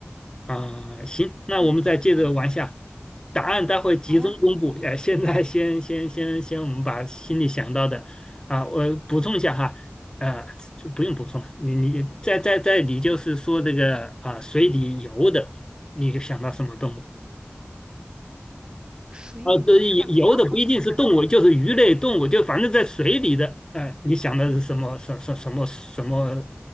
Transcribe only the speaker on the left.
啊。行，那我们再接着往下，
答案待会集中公布。
哎、现在先先先先，我们把心里想到的啊，我补充一下哈，呃，就不用补充了。你你在在在，你就是说这个啊，水里游的，你想到什么动物？
啊，对，游的不一定是动物，
就是鱼类动物，就反正在水里的。哎、你想的是什么什什什么什么